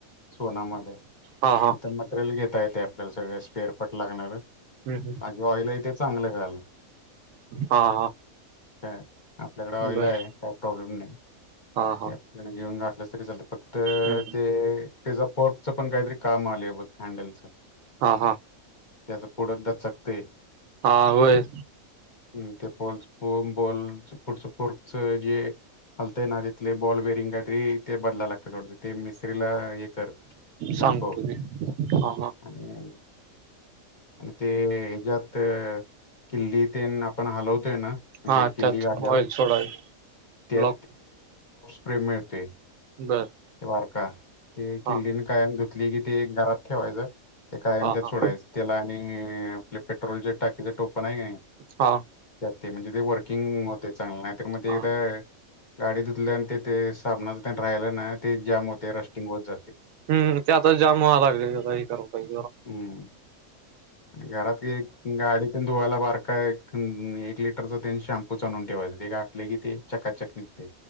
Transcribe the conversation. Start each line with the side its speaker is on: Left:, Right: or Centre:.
Left: सोनामध्ये
Right: हा हा
Left: इथ मटेरियल घेता येते आपल्याला सगळ स्वेअरफट लागणार
Right: हम्म
Left: माजे ऑइल आहे ते चांगलं घाल
Right: हा हा
Left: य आपल्याकडे ऑईल
Right: बर
Left: आहे काय प्रॉब्लेम नाही ते
Right: हा हा
Left: आपल्याकडे घेऊन गठ तरी चालत फक्त
Right: हम्म
Left: ते फ पोर्ट च पण काहीतरी काम आले बघ हँडलच
Right: हा हा
Left: त्या पुढ एकदा चकते
Right: हा होय
Left: हम् ते प ब पुचोर्च जे हलते ना तिथले बॉल बेरिंग काहीतरी ते बदय लागते थोड ते मि ला येकर दाखव
Right: सांगतो की हा हा
Left: आणि आणि ते हिजात किल्ली ते आपण हलवतो म्हणजे
Right: हा
Left: किल्ली
Right: त्यात
Left: गल्यावर
Right: ऑइल सोडावी
Left: त्या
Right: ब्लॉक
Left: प्रेम मिळते
Right: बर
Left: का ते किल्लीने
Right: हा
Left: काय धुतली कि ते घरात ठेवायचं ते कायम
Right: हा
Left: त्यात
Right: हा
Left: सोडायचं त्याला आणि आपले पेट्रोलचे टाकीचे टोपण आहे का नाही
Right: हा
Left: त्यात ते म्हणजे ते वर्किंग होते चांगले नाही तर मध्ये
Right: हा
Left: एकदा गाडी धुतल्या आणि ते ते सामना ज राहिलं ना ते जॅम होते रस्टिंग होत जाते
Right: हम् त्यातच जाम व्हाला लागले का कराय पाहिजे राव.
Left: हम्म आणि घरात एक गाडी तेन धुवायला बारका हाय. एक लिटरचा तेन शॅम्पू च आणवून ठेवायचं ते गातले की ते चकाचक निघते.